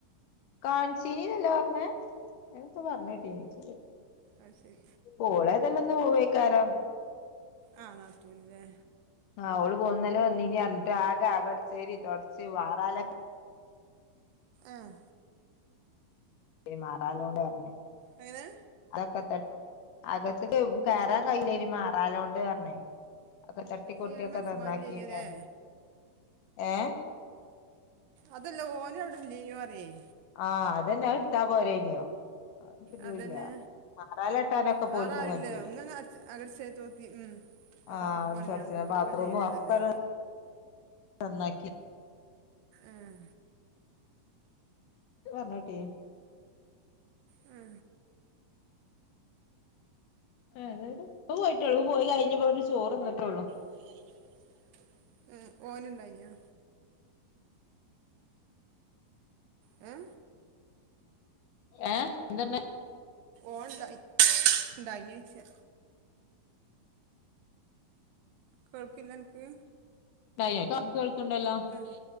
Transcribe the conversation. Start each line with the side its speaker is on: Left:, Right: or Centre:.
Left: കൺച്ചീന്നല്ലേപറഞ്ഞെഅങ്ങനൊക്കെപറഞ്ഞേട്ടീന്ന് ഇച്ഛരില്ല
Right: ആഹ് ശെരി
Left: ഓളെതായാലുന്ന് പോവെക്കാരം
Right: ആഹ് നാത്തൂന്ല്ലേ
Left: ആഹ് ഓള്പോ ഇന്നാലെ വന്നിനിഅറിഞ് ട്ട് ആക്കെ അകടിചോരി തൊടച് മാറാലക്കെ
Right: ആഹ്
Left: മാറാലോളാണ്ട്‌ നർന്ന്
Right: അങ്ങനെ
Left: അതൊക്കെത്തട്ടി അകത്ത്കാവും കേറാൻകയ്യിലെന്ന് മാറാലോണ്ടറിഞ്ഞ് അതൊക്കെതട്ടിക്കോട്ടിയൊക്കെനന്നാക്കിനിന്നറിഞ്
Right: അയാള് മനസ്സമാരില്ലേനല്ലേ
Left: ഏഹ്
Right: അതല്ല ഓനവിടല്ല്യനി പറേയ്
Left: ആഹ് അതെന്നെ അയിട്ടാപോരായിനോ എടുത്തിറ്റൂല്ല
Right: അതന്നെ
Left: മാറലാട്ടനൊകക്കെപ്പൊ
Right: വേറെ
Left: ഓല്ക്കും
Right: ആരുല്ല
Left: കച്ചുലെ
Right: ഒന്നന്നെ അടിച്ച് അങ്ങട് ചെയ്ത് നോക്കി ഉം ഇപ്പൊ
Left: ആഹ്
Right: കത്തപ്പ
Left: വന്ന്
Right: പണിയാണെങ്കി
Left: ന്തൊർച്ക്കണ്ട്
Right: ഇപ്പൊക്കെ
Left: ബാത്റൂംമൊക്ക
Right: ചെയ്യണതല്ലേ
Left: നന്നാക്കി
Right: ആഹ്
Left: ത്പറഞ്ഞോട്ടിനു
Right: മ്
Left: ഏതായാലും ഇപ്പപോയിട്ടള്ളൂപോയി കഴിഞ്ഞിവര് ചോറ്ന്ന്ട്ടൊള്ളു
Right: പോയി കഴിന്നിവർ ചോറ്ന്ന്ട്ടൊള്ളൂ മ് ഒന്ണ്ടായിനാ ഹെ
Left: ഏഹ് എന്തന്ന
Right: ഓൻണ്ടായിണ്ടയിനോച്ചാ കൊക്കില്ലൻക്ക്
Left: കയെ ന്ക്ക് കേൾക്കണ്ടല്ലോ
Right: ആഹ്